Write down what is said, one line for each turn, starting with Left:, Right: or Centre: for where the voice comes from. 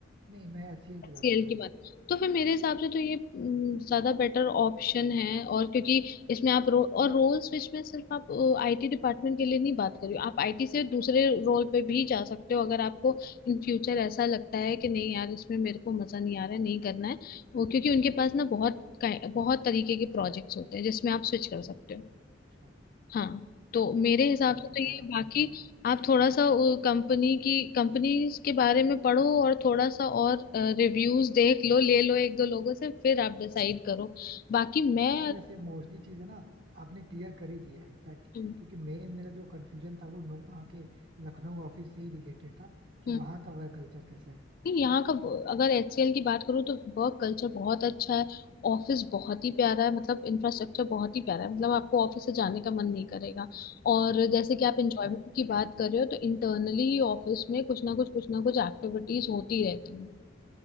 Right: नहीं मैं एचसीएल की
Left: एचसीएल
Right: बात कर रहा
Left: की
Right: हूँ
Left: बात तो फिर मेरे हिसाब से तो ये अम, ज्यादा बेटर ऑप्शन है और क्योंकि इसमें आप रो, और रोल स्विच में सिर्फ आप आईटी डिपार्टमेंट के लिए नहीं बात कर रही हो आप आईटी से दूसरे रोल पे भी जा सकते हो अगर आपको इन फ्यूचर ऐसा लगता है कि नहीं यार इसमें मेरे को मजा नहीं आ रहा है नहीं करना है वो क्योंकि उनके पास ना बहुत कै- बहुत तरीके के प्रोजेक्ट्स होते हैं जिसमें आप स्विच कर सकते हो
Right: अच्छा
Left: हाँ तो मेरे हिसाब
Right: ठीक
Left: से तो
Right: है यार
Left: ये
Right: आपने
Left: बाकी
Right: थोड़ा
Left: आप थोड़ा सा कंपनी की कंपनीज के बारे में पढ़ो और थोड़ा सा और रिव्यूज देख लो ले लो एक दो लोगों से फिर आप डिसाइड करो बाकी मैं
Right: नहीं वैसे मोस्टली चीजें ना आपने क्लियर कर ही दिया है इनफैक्ट
Left: हम्म,
Right: क्योंकि मेन मेरा जो कंफ्यूजन था वो नो- वहाँ के लखनऊ ऑफिस से ही रिलेटेड था कि
Left: हम्म,
Right: वहाँ का वर्क कल्चर कैसा है
Left: नहीं, यहाँ का ब- अगर एचसीएल की बात करूँ तो वर्क कल्चर बहुत अच्छा है ऑफिस बहुत ही प्यारा है मतलब इंफ्रास्ट्रक्चर बहुत ही प्यारा है मतलब आपको ऑफिस से जाने का मन नहीं करेगा और जैसे कि आप एंजॉयमेंट
Right: अच्छा
Left: की बात कर रहे हो तो इंटरनली ही ऑफिस में कुछ ना कुछ कुछ ना कुछ एक्टिविटीज होती रहती हैं